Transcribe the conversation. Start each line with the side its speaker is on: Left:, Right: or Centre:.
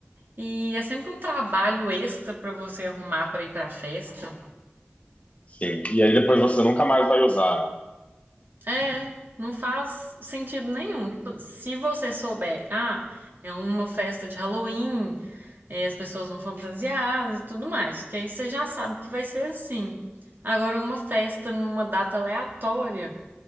Right: E é sempre um trabalho extra pra você arrumar pra ir pra festa.
Left: Sim. E aí depois você nunca mais vai usar, né?
Right: É, não faz sentido nenhum. Tipo, se você souber, ah, é uma festa de Halloween, é, as pessoas vão fantasiadas e tudo mais, que aí você já sabe que vai ser assim. Agora, uma festa numa data aleatória,